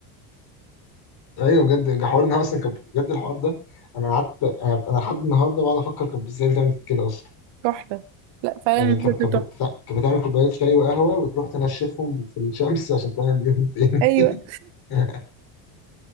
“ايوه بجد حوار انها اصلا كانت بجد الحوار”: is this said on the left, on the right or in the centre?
Left